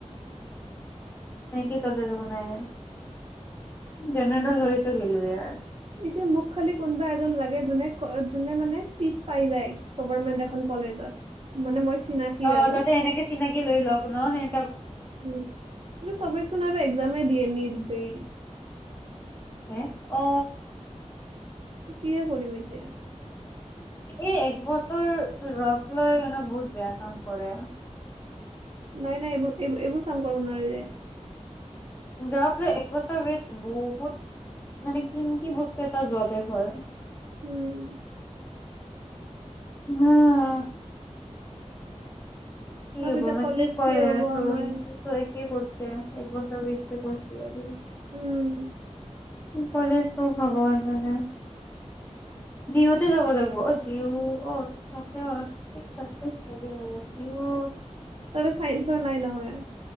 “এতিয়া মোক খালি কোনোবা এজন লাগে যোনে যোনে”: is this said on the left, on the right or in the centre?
Right